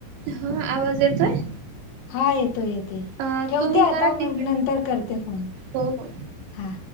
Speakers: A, on the right; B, on the left.
A: हा आवाज येतोय
B: हा येतो येतो
A: अ,
B: ठेवते
A: तुम्ही
B: आता
A: करा
B: मग
A: तिकड
B: नंतर करते फोन
A: हो हो
B: हा